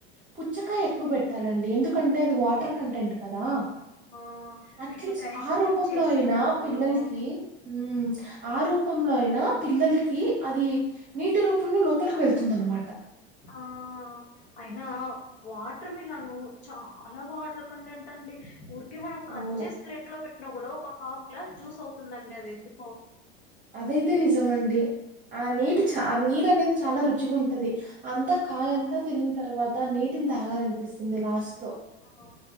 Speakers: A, on the right; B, on the left.
A: పుచ్చకాయ ఎక్కువ పెట్టాలండి ఎందుకంటే అంటే అది వాటర్ కంటెంట్ కదా
B: ఆ
A: అట్లీస్ట్
B: లేకపోతే ఐస్
A: ఆ
B: క్రీమ్
A: రూపంలో
B: చేసేలాగనో
A: అయినా పిల్లలకి మ్ ఆ రూపంలో అయినా పిల్లలకి అది నీటి రూపంలో లోపలికి వెళ్తుంది వందనమాట
B: ఆ అయినా వాటర్ మీ చాలా వాటర్ కంటెంట్ అండి ఉ <unintelligible> మనం కట్
A: అవును
B: చేసి ప్లేట్ లో పె కూడా ఒక హాఫ్ గ్లాస్ జ్యూస్ అవుతుందండి అది ఎందుకో
A: అదైతే నిజమండి ఆ నీటి చ ఆ నీరు అనేది చాలా రుచిగా ఉం ది అంతా కాయంతా
B: ఆ
A: తినిన్ తర్వాత నీటిని తాగాలనిపిస్తుంది లాస్ట్ లో
B: ఆ